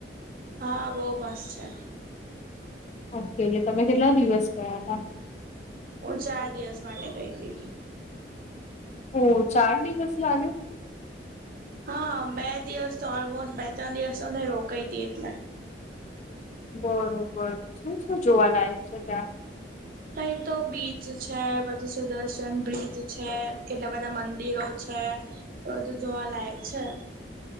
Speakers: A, on the right; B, on the left.
A: હા, બહુ મસ્ત છે.
B: ઓકે. એટલે તમે કેટલા દિવસ ગયા તા?
A: હું ચાર દિવસ માટે ગઈતી..
B: ઓહ, ચાર દિવસ લાગે?
A: હા. બે દિવસ તો ઓલમોસ્ટ, બે તણ દિવસ તો હું ત્યાં રોકાઈ તી એટલે.
B: બરોબર. શું-શું જોવાલાયક છે ત્યાં?
A: કંઈ તો બીચ છે, પછી સુદર્શન બ્રિજ છે, કેટલા બધા મંદિરો છે બધું જોવાલાયક છે.